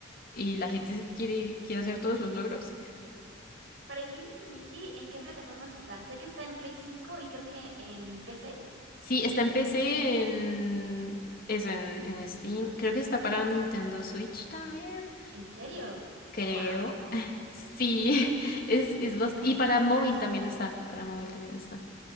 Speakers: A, on the left (about 50°); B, on the right (about 70°).
A: y la gente quiere, quiere hacer todos los logros.
B: Para Infinity Nikki, ¿en qué plataformas está? Sé que está en Play 5 y creo que en PC.
A: Sí, está en PC, en eso, en, en Steam. Creo que está para Nintendo Switch también.
B: ¿En serio?
A: Creo.
B: Wow.
A: <laughs> Sí, <laughs> es, es bast- Y para móvil también está. Para móvil también está.